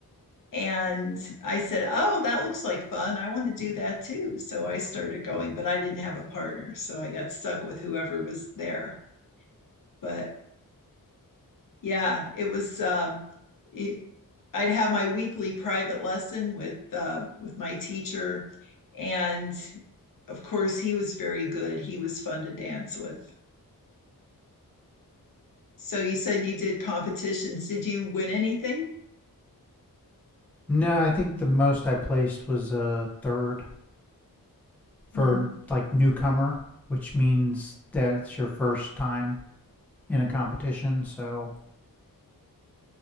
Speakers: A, on the left (about 60°); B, in the centre.
A: And I said, Oh, that looks like fun. I want to do that too. So I started going, but I didn't have a partner. So I got stuck with whoever was there. But yeah, it was, um, it, I'd have my weekly private lesson with, uh, with my teacher. And of course, he was very good. He was fun to dance with. So you said you did competitions. Did you win anything?
B: No, I think the most I placed was a third for
A: Mm-hmm.
B: like newcomer, which means that's your first time in a competition. So